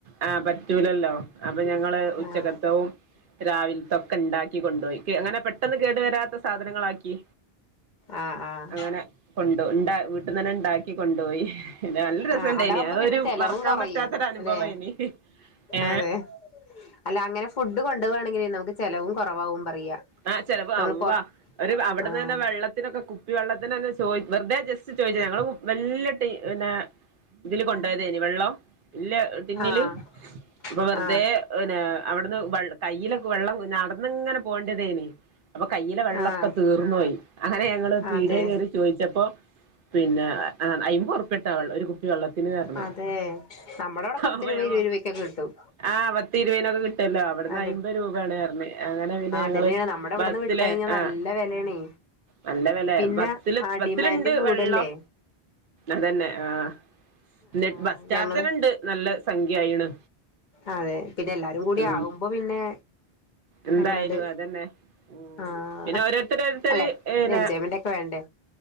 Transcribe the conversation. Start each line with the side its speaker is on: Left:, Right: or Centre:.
Right: ആഹ് പറ്റൂലല്ലോ അപ്പൊ ഞങ്ങള് ഉച്ചക്കത്തവും
Left: ആഹ്
Right: രാവില തൊക്ക ഉണ്ടാക്കി കൊണ്ടുപോയി അങ്ങനെ പെട്ടെന്ന് കേടു വരാത്ത സാധനങ്ങളാക്കി
Left: ആഹ് ആഹ്
Right: അങ്ങനെ കൊണ്ട് ഉണ്ട വീട്ടന്ന് തന്നെ ഉണ്ടാക്കി കൊണ്ടുപോയി എന്താ
Left: ആഹ്
Right: ണ്ട
Left: അതാവുമ്പോ
Right: ഇനി അത
Left: പിന്നെ
Right: ഒരു
Left: ചെലവും
Right: മറക്കാൻ
Left: കൊറയും
Right: പറ്റാത്തൊ ഒരു അനുഭവ
Left: അല്ലെ
Right: ഇനി ഏ
Left: അതെ അല്ല അങ്ങനെ ഫുഡ് കൊണ്ടു പോവാണെങ്കിൽ നമുക്ക് ചെലവും കുറവാവും പറയാ
Right: ആഹ് ചെലവ്
Left: നമ്മള്
Right: അള്ളാ
Left: പൊറ
Right: ഒരു അവിടുന്ന്
Left: ആഹ്
Right: തന്നെ വെള്ള ഇതിനൊക്കെ കുപ്പി വെള്ളത്തിന് തന്നെ ചോയി വെറുതെ ജസ്റ്റ് ചോദിച്ച ഞങ്ങള് വല്ല്യ ടി പിന്നെ ഇതില് കൊണ്ടുപോയതേനി വെള്ളം വല്ല്യ ട്ടിന്നില്
Left: ആഹ്
Right: ഇപ്പൊ വെറുതെ
Left: ആഹ്
Right: പിന്നെ അവിടുന്ന് കയ്യിലൊക്കെ വെള്ളം നടന്നിങ്ങനെ പോകണ്ടെ അപ്പൊ കയ്യിലെ വെള്ളൊക്കെ
Left: ആഹ്
Right: തീർന്നോയി അങ്ങനെ ഞങ്ങള് പീടിയേ
Left: അതെ
Right: കേറി ചോദിച്ചപ്പോ പിന്നെ അയ്മ്പ് ഉറുപ്പിയ ട്ടാ ഉള്ളൂ ഒരു കുപ്പി വെള്ളത്തിന് എന്ന് പറഞ്ഞു
Left: അതെ നമ്മുടെ അവിടെ പത്ത്
Right: അപ്പൊ
Left: രൂപ
Right: ഞാൻ
Left: ഇരുപത് രൂപക്കെ കിട്ടും
Right: ആ പത്തിരുപതിനൊക്കെ കിട്ടല്ലോ അവിടുന്ന്
Left: ആ
Right: അമ്പത് രൂപയാണ് പറഞ്ഞു അങ്ങനെ പിന്നെ ഞങ്ങള്
Left: അതന്നെയാണ് നമ്മുടെ ഇവിടുന്ന്
Right: ബസ്സില്
Left: വിട്ട് കഴിഞ്ഞാൽ നല്ല
Right: ആഹ്
Left: വിലയാണേ
Right: നല്ല വിലയാ
Left: പിന്നെ
Right: ബസ്സില്
Left: ആ
Right: ബസ്സിലുണ്ട്
Left: ഡിമാൻഡും കൂടല്ലേ
Right: വെള്ളം അതന്നെ ആ എന്നിട്ട്
Left: ആഹ്
Right: ബസ് ചാർജന്നെ
Left: ഞങ്ങള്
Right: ഉണ്ട് നല്ല സംഖ്യ ആയിണ്
Left: അതെ പിന്നെ എല്ലാരും കൂടി
Right: ഉം
Left: ആകുമ്പോ പിന്നെ
Right: എന്തായാലും
Left: അങ്ങനെട്
Right: അതന്നെ ഉം
Left: ആഹ്
Right: പിന്നെ ഓരോരുത്തരോരുത്തര്
Left: അല്ലെ
Right: ഏ
Left: ഒരു
Right: ന
Left: എൻജോയ്മെന്റ് ഒക്കെ വേണ്ടേ